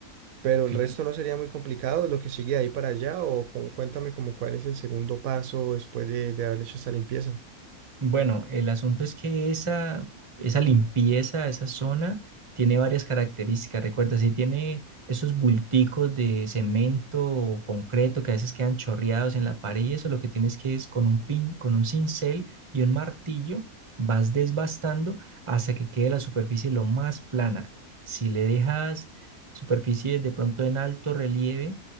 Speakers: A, on the right (about 70°); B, on the right (about 25°).
A: Pero
B: Claro.
A: el resto no sería muy complicado, lo que sigue de ahí para allá, o cu- cuéntame como cuál es el segundo paso después de, de haber hecho esta limpieza.
B: Bueno, el asunto es que esa, esa limpieza, esa zona, tiene varias características. Recuerda, si tiene esos bulticos de cemento o concreto que a veces quedan chorreados en la pared y eso, lo que tienes que es con un pin, con un cincel y un martillo, vas desbastando hasta que quede la superficie lo más plana. Si le dejas superficie de pronto en alto relieve,